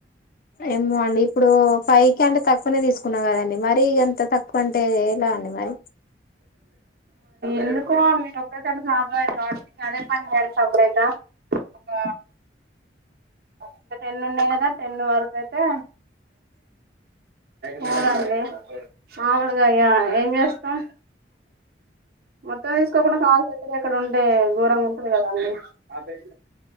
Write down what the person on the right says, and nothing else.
ఎందుకో మీరు ఒక్కసారి ప్రాబ్ అయ్య అంటే అదే పని చేాల సబ్లగా ఒక ఇంకా టెన్ ఉన్నాయి కదా టెన్ వరకు ఏంటి చడండి మామిలుకాయ తా మొత్తం తీసుకోకుండా కాల్స్ ఎక్కడ ఎక్కడ ఉంటే దూరంగా ఉంటుంది కదా అండి అదేగాధా